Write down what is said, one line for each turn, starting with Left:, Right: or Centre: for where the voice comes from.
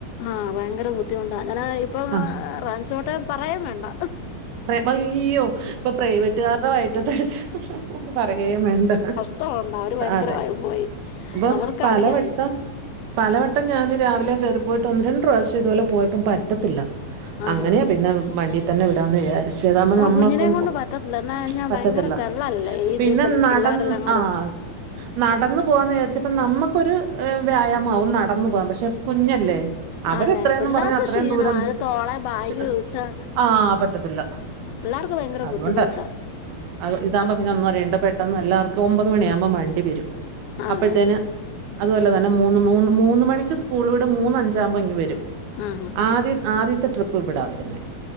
Left: ആഹ് ഭയങ്കര ബുദ്ധിമുട്ടാ അങ്ങനാ ഇപ്പം
Right: ആ
Left: <unintelligible> പറയ്ന്ണ്ട്
Right: മയ്യോ ഇപ്പൊ പ്രൈവറ്റുകാർടെ വയറ്റത്തടിച്ച് പറയ്യേ വേണ്ട
Left: ത്തോണ്ട അവര് ഭയങ്കര
Right: അതെ
Left: പരിഭവായി
Right: അപ്പൊ
Left: അവർക്ക്
Right: പലവട്ടം
Left: അടിയായി
Right: പലവട്ടം ഞാന് രാവിലെ കേറിപ്പോയിട്ട് ഒന്ന് രണ്ട് പ്രാവശ്യം ഇതുപോലെ പോയപ്പം പറ്റത്തില്ല
Left: ആഹ്
Right: അങ്ങനെ പിന്നെ വണ്ടി തന്നെ വിടാന്ന് വിചാ ച്ച താമ്പം
Left: ഓ
Right: നമ്മക്കും
Left: കുഞ്ഞിനേം കൊണ്ട്
Right: ഒക്
Left: പറ്റത്തില്ല എന്നാ കഴിഞ്ഞാ
Right: പറ്റത്തില്ല
Left: ഭയങ്കര തെള്ളല്ലേ ഈ
Right: പിന്നെ
Left: തീ
Right: നടന്ന്
Left: പിള്ളേരെല്ലാം കൂടെ
Right: ആഹ് നടന്നു പോവാന്ന് വിചാരിച്ചപ്പം നമ്മുക്കൊരു വ്യായാമാവും നടന്നു പോകാൻ പക്ഷെ കുഞ്ഞല്ലേ അവര്
Left: അതെ
Right: എത്രയെന്നും
Left: പിള്ളേർക്ക്
Right: പറഞ്ഞാ അത്രയും
Left: ക്ഷീണവാ
Right: ദൂരം
Left: അത് തോളെ ബാഗ്
Right: ക്ഷെ
Left: ഇട്ട്
Right: ആഹ് പറ്റത്തില്ല
Left: പിള്ളേർക്ക് ഭയങ്കര
Right: അതുകൊണ്ട്
Left: ബുദ്ധിമുട്ടാ
Right: അത് ഇതാമ്പൊ പിന്നെ ഒന്നും അറിയേണ്ട പെട്ടെന്ന് എല്ലാവർക്കും ഒമ്പത് മണിയാമ്പോ വണ്ടി വരും
Left: അതെ
Right: അപ്പഴ്ത്തേന് അതുപോലെ തന്നെ മൂന്ന് മൂന്ന് മൂന്ന് മണിക്ക് സ്കൂള് വീടും. മൂന്നഞ്ചാമ്പോ ഇങ്ങ് വരും
Left: ആഹ്
Right: ആദ്യ ആദ്യത്തെ ട്രിപ്പ് ഇവിടാ വരുന്നേ